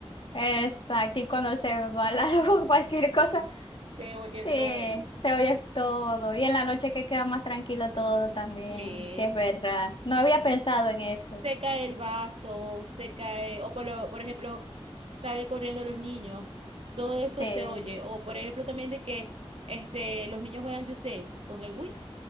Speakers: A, on the left (about 55°); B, on the right (about 70°).
A: Exacto, y cuando se va la luz, <laughs> cualquier cosa.
B: Se oye
A: Sí,
B: todo.
A: se oye todo. Y en la noche que queda más tranquilo todo también.
B: Sí.
A: Sí, es verdad. No
B: Entonces,
A: había pensado en eso.
B: se cae el vaso, se cae, o por, lo- por ejemplo, sale corriendo los niños. Todo eso
A: Sí.
B: se oye. O por ejemplo, también de que este, los niños juegan Just Dance con el Wii.